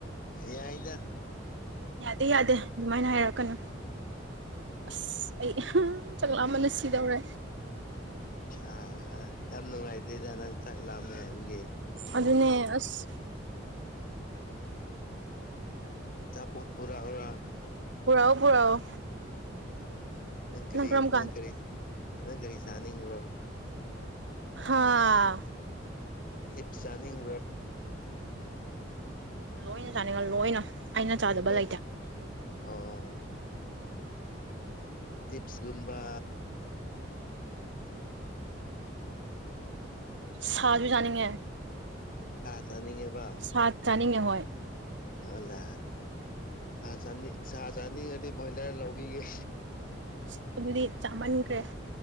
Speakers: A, on the left; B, on the right.
A: ꯌꯥꯏꯗ
B: ꯌꯥꯗꯦ ꯌꯥꯗꯦ ꯑꯗꯨꯃꯥꯏꯅ ꯍꯥꯏꯔꯛꯀꯅꯨ ꯑꯁ ꯑꯩ ꯆꯥꯛ ꯂꯥꯝꯕꯅ ꯁꯤꯗꯧꯔꯦ
A: ꯑ ꯌꯥꯝ ꯅꯨꯡꯉꯥꯏꯇꯦꯗ ꯅꯪ ꯆꯥꯛꯂꯥꯝꯃꯦ ꯍꯥꯏꯕꯒꯤ
B: ꯑꯗꯨꯅꯦ ꯑꯁ
A: ꯆꯥꯄꯣꯠ ꯄꯨꯔꯛ ꯑꯣꯔꯥ
B: ꯄꯨꯔꯛꯎ ꯄꯨꯔꯛꯎ
A: ꯅꯪ ꯀꯔꯤ
B: ꯀꯔꯝ ꯀꯥꯟꯗ
A: ꯅꯪ ꯀꯔꯤ ꯅꯪ ꯀꯔꯤ ꯆꯥꯅꯤꯡꯕ꯭ꯔꯣ
B: ꯍꯥꯥ
A: ꯆꯤꯞꯁ ꯆꯥꯅꯤꯡꯕ꯭ꯔꯣ
B: ꯂꯣꯏꯅ ꯆꯥꯅꯤꯡꯉꯦ ꯂꯣꯏꯅ ꯑꯩꯅ ꯆꯥꯗꯕ
A: ꯂꯩ
B: ꯂꯩꯇꯦ
A: ꯑꯣ ꯆꯤꯞꯁꯀꯨꯝꯕ
B: ꯁꯥꯁꯨ ꯌꯥꯥꯅꯤꯡꯉꯦ
A: ꯁꯥ ꯆꯥꯅꯤꯡꯉꯦꯕ
B: ꯁꯥ ꯆꯥꯅꯤꯡꯉꯦ ꯍꯣꯏ
A: ꯂꯣꯏꯂ ꯁꯥ ꯆꯅꯤ ꯁꯥ ꯆꯅꯤꯡ ꯉꯗꯤ ꯕꯣꯏꯂꯔ ꯂꯧꯕꯤꯒꯦ
B: ꯑꯁ ꯑꯗꯨꯗꯤ ꯆꯥꯃꯟꯈ꯭ꯔꯦ